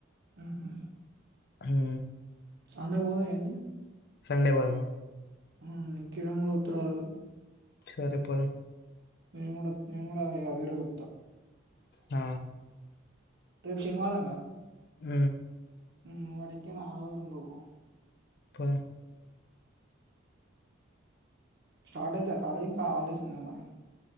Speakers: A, on the right; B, on the left.
A: ఉహు
B: హూ
A: సండే వోద ఏంది
B: సండే వొదమా
A: ఊమ్ కిరణ్ బోత్లారు
B: సరే పోదం
A: నేన్ గూడ నేన్ గూడ అవిరు ఒత్త
B: ఆ!
A: రేపు శనివారంగా
B: ఊ
A: ఊ మరింకేం అలవారం బోదం
B: ప
A: స్టార్ట్ అయితయా కాలే ఇంకా హాల్డేస్ ఉన్నయ మరి